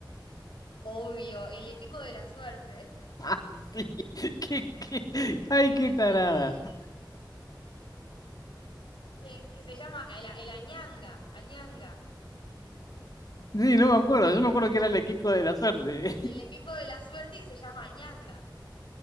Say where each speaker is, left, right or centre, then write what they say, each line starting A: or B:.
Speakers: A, on the left; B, on the left.
A: Obvio, el equeco de la suerte.
B: <laughs> Sí, ¿qué, qué? Ay, qué
A: Le
B: tarada.
A: pedí, eh, que se llama el, el añanga, añanga.
B: Sí, no me acuerdo, yo me acuerdo que era el equipo de la suerte.
A: El equeco de la suerte y se llama añanga.